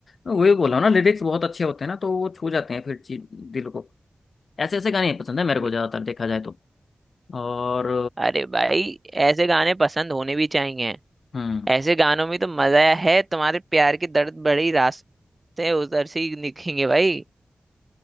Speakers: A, on the left (about 75°); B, on the right (about 25°).
A: वही बोला ना लिरिक्स बहुत अच्छे होते हैं ना तो वो छू जाते हैं फिर चीज दिल को ऐसे ऐसे गाने पसंद है मेरे
B: है
A: को ज्यादातर देखा जाए तो और
B: अरे भाई ऐसे गाने पसंद होने भी चाहिए
A: हम्म
B: ऐसे गानों में तो मजा है तुम्हारे प्यार के दर्द भरी रास्ते उधर से ही दिखेंगे भाई